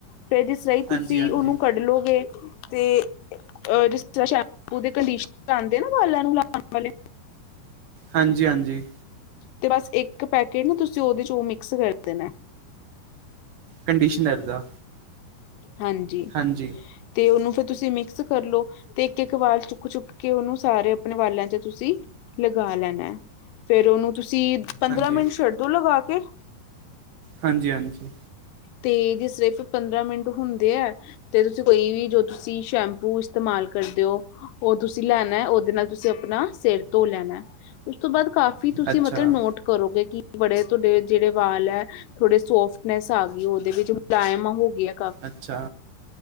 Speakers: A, on the left (about 80°); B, on the right (about 65°).
A: ਫੇਰ ਜਿਸ ਲਈ ਤੁਸੀਂ
B: ਹਾਂਜੀ ਹਾਂਜੀ
A: ਓਨੂੰ ਕੱਢ ਲੋਗੇ ਤੇ ਅ ਜਿਸ ਤਰ੍ਹਾਂ ਸ਼ੈਂਪੂ ਦੇ ਕੰਡੀਸ਼ਨਰ ਆਉਂਦੇ ਨਾ ਵਾਲਾਂ ਨੂੰ ਲਾਣ ਵਾਲੇ
B: ਹਾਂਜੀ, ਹਾਂਜੀ।
A: ਤੇ ਬਸ ਇੱਕ ਪੈਕੇਟ ਨਾ ਤੁਸੀਂ ਓਦੇ ਚ ਓ ਮਿਕਸ ਕਰ ਦੇਣਾ।
B: ਕੰਡੀਸ਼ਨਰ ਦਾ!
A: ਹਾਂਜੀ।
B: ਹਾਂਜੀ।
A: ਤੇ ਉਹਨੂੰ ਫੇਰ ਤੁਸੀਂ ਮਿਕਸ ਕਰ ਲਓ। ਤੇ ਇੱਕ, ਇੱਕ ਵਾਲ ਚੁੱਕ ਚੁੱਕ ਕੇ ਉਹਨੂੰ ਸਾਰੇ ਆਪਣੇ ਵਾਲਾਂ ਚ ਤੁਸੀਂ ਲਗਾ ਲੈਣਾ ਫੇਰ ਉਹਨੂੰ ਤੁਸੀਂ ਪੰਦਰਾਂ
B: ਹਾਂਜੀ
A: ਮਿੰਟ ਛੱਡ ਦੋ ਲਗਾ ਕੇ'
B: ਹਾਂਜੀ, ਹਾਂਜੀ।
A: ਤੇ ਜੇ ਸਿਰਫ ਪੰਦਰਾਂ ਮਿੰਟ ਹੁੰਦੇ ਏ ਤੇ ਤੁਸੀਂ ਕੋਈ ਵੀ ਜੋ ਤੁਸੀਂ ਸ਼ੈਂਪੂ ਇਸਤੇਮਾਲ ਕਰਦੇ ਓ ਉਹ ਤੁਸੀਂ ਲੈਣਾ ਹੈ ਉਹਦੇ ਨਾਲ ਤੁਸੀਂ ਆਪਣਾ ਸਿਰ ਧੋ ਲੈਣਾ ਉਸ ਤੋਂ ਬਾਅਦ ਕਾਫੀ, ਕੀ ਤੁਸੀਂ
B: ਅੱਛਾ
A: ਮਤਲਬ ਨੋਟ ਕਰੋਗੇ ਕਿ ਬੜੇ ਤੁਹਾਡੇ ਜਿਹੜੇ ਵਾਲ ਹੈ ਥੋੜੇ ਸੋਫਟਨੈਸ ਆ ਗਈ। ਉਹਦੇ ਵਿੱਚ ਮੁਲਾਇਮ ਹੋ ਗਏ ਆ।
B: ਅੱਛਾ